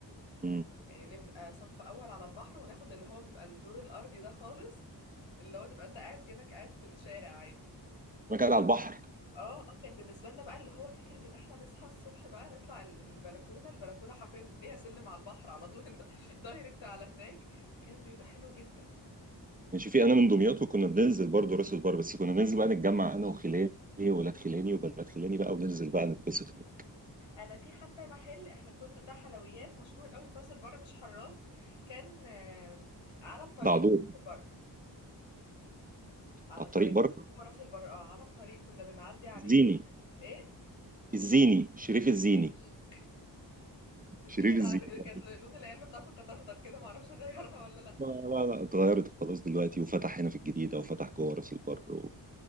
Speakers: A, on the right (about 20°); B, on the left (about 80°).
A: امم
B: يعني نبقى صف اول على البحر وناخد اللي هو بيبقى الدور الارضي ده خالص اللي هو تبقى انت قاعد كأنك قاعد في الشارع عادي
A: انا قاعد على البحر
B: اه اه كان بالنسبه لنا بقى اللي هو فكره ان احنا نصحى الصبح بقى نطلع ال- البلكونه البلكونه حرفيا ليها سلم على البحر على طول انت <laughs> دايركت على هناك كان بيبقى حلو جدا
A: يعني شوفي انا من دمياط وكنا بننزل برضه راس البر بس كنا بننزل بقى نتجمع انا وخلاني وولاد خلاني وبنات خلاني بقى وننزل بقى نتبسط هنا.
B: انا في حتى محل احنا كنا بتاع حلويات مشهور قوي في راس البر مش حراس كان آه، على الطريق
A: ده عدو
B: بتاع راس البر على
A: على
B: الطريق
A: الطريق بره
B: مش هو راس البر اه على الطريق كنا بنعدي عليه
A: الزيني
B: بال ايه
A: الزيني شريف الزيني
B: زيني زي
A: شريف
B: كانت
A: الزيني
B: على كانت لون العلبه بتاعته كانت اخضر كده ما اعرفش غيرها <laughs> ولا لا
A: لا لا لا اتغيرت خلاص دلوقتي وفتح هنا في الجديده وفتح جوه راس البر و...